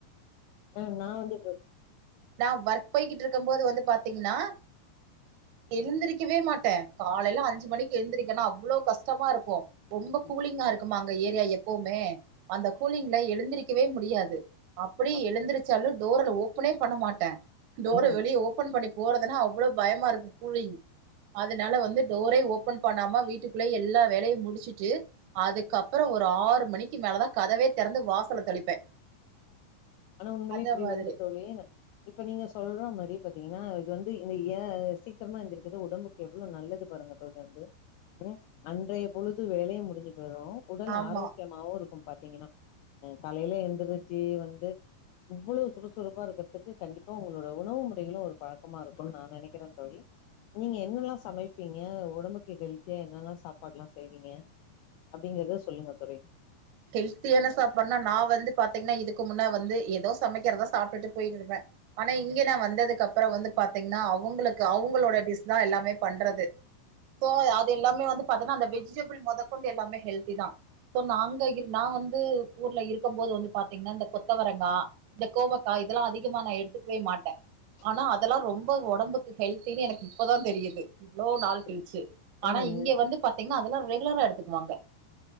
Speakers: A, on the left; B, on the right.
A: ஆ நா வந்து போ
B: நா ஒர்க் போய்கிட்டு இருக்கும் போது வந்து பாத்தீங்ன்னா எழுந்திருக்கவே மாட்டே காலையில அஞ்சு மணி எந்திரி க்கென்னா அவ்ளோ கஷ்டமா இருக்கு ரொம்ப
A: ம்
B: கூலிங்கா இருக்குமா அங்க ஏரியா எப்பவுமே அந்த கூலிங்குல எழுந்திரக்கவே முடியாது அப்டி
A: அப்
B: எழுந்திரச்சாலு டோரல் ஓப்பனே பண்ண மாட்டே டோர
A: ம்
B: வெளியே ஓபன் பண்ணி போறதுனா அவ் ளோ பயமா இருக்கு கூலிங் அதுனால வந்து டோரே ஓபன் பண்ணாம வீட்டுக்குள்ளயே எல்லா வேலையு முடிச்சுட்டு அதுக்கப்புறோ ஒரு ஆறு மணிக்கு மேலதா கதவே தெறந்து வாசல தெளிப்பே
A: ஆனா உண்மைலேயே
B: அந்த
A: இப்டி
B: மாதிரி
A: வந்து தோழி இப்ப நீங்க சொல்ற மாரி பாத்தீங்கன்னா இது வந்து இந்த ஏ சீக்கிரமா எந்திக்குறது உடம்புக் கு எவ்ளோ நல்லது பாருங்க தோழி வந்து அப்றோ அன்றைய பொழுது வேலையொ முடுஞ்சு போய்டு உடல்
B: ஆமா
A: ஆரோக்கியமாவு இருக்கு பாத்தீங்கன்னா எ காலையில எந்திரிச்சு வந்து இவ்வளோ சுறுசுறுப்பா இருக்குறதுக்கு கண்டிப்பா உங்களோட உணவு முறைகளு ஒரு பழக்கமா இருக்குன்னு நா நெனைக்கிறே தோழி நீங்க என்னெல்லா சமைப்பீங்க உடம்புக்கு ஹெல்த்தியா என்னெல்லா சாப்பாடுலா செய்வீங்க அப்டிங்கறத சொல்லுங்க தோழி
B: ஹெல்த்தியான சாப்பாடுனா நா வந்து பாத்தீங்கன்னா இதுக்கு முன்னா வந்து ஏதோ சமைக்கிறதா சாப்ட்டுட்டு போயிட்டு இருப்பே ஆனா
A: ம்,
B: இங்க நா வந்ததுக்கு அப்புறோ வந்து பாத்தீங்கன்னா அவங்களுக்கு அவங்களோட டிஷ் தா எல்லாமே பண்றது சோ அது எல்லாமே வந்து பாத்தன்னா அந்த வெஜிடபிள் மொத கொண்டு எல்லாமே ஹெல்தி தா சோ நாங் க இர் நா வந்து ஊர்ல இருக்கம் போது வந்து பாத்தீங்கன்னா இந்த கொத்தவரங்கா இந்த கோவக்கா
A: ம்,
B: இதெல்லா அதிகமா நா எடுத்துக்கவே மாட்டே ஆனா
A: ம், ம்.
B: அதெல்லா ரொம்ப ஒடம்புக் க்கு ஹெல்தின்னு எனக்கு இப்பதா தெரியுது இவ்ளோ நாள்
A: அப்படி
B: கழிச்சு ஆனா
A: ம் ம்
B: இங்க வந்து பாத்தீங்கன்னா அதெல்லா ரெகுலரா எடுத்துக்குவாங்க